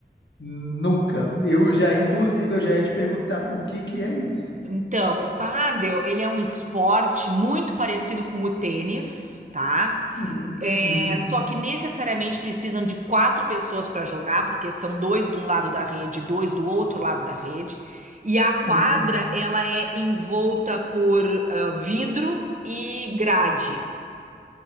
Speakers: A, on the left; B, on the right.
A: Nunca. Eu já, inclusive, eu já ia te perguntar o que que é isso.
B: Então, o pádel, ele é um esporte muito parecido com o tênis, tá?
A: Uhum.
B: É,
A: Uhum.
B: só que necessariamente precisam de quatro pessoas para jogar, porque são dois de um lado da rede, dois do outro lado da rede. E a quadra,
A: Uhum.
B: ela é envolta por ah, vidro e grade.